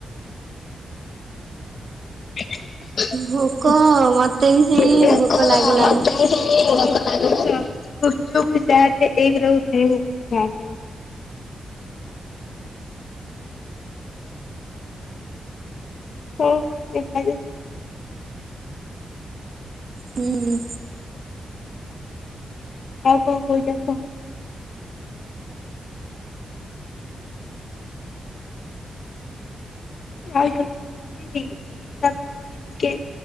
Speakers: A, on the left (about 55°); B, on the right (about 45°).
A: <unintelligible>
B: ଭୋକ
A: ଗୁପଚୁପ
B: ମତେ ବି ସେଇ
A: ଚାଟେ
B: ଭୋକ ଲାଗିଲାଣି।
A: ଏଇଗୁରା କୁ ଖାଇବାକୁ <unintelligible> ହଁ ଏକାକି
B: ହୁଁ।
A: ଆଉ କଣ କହୁଚ କୁହ। ଆଉ ଜଣ କହିଲି ହିସାବ କରି ଟିକେ